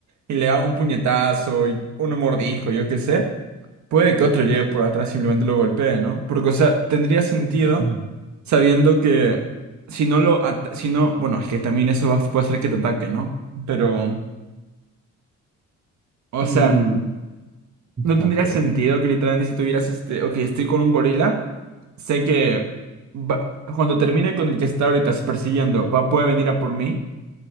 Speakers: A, on the right (about 70°); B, on the right (about 30°).
A: y le da un puñetazo, y uno mordisco, yo qué sé. Puede que otro llegue por atrás y simplemente lo golpee, ¿no? Porque, o sea, tendría sentido
B: <clears throat>
A: sabiendo que si no lo... ata- Si no, bueno, es que también eso va- puede hacer que te ataque, ¿no? Pero, o
B: Mm,
A: sea, no
B: ok.
A: tendría sentido que literalmente si tuvieras este... Ok, estoy con un gorila, sé que va- cuando termine con el que está ahorita persiguiendo, va, puede venir a por mí.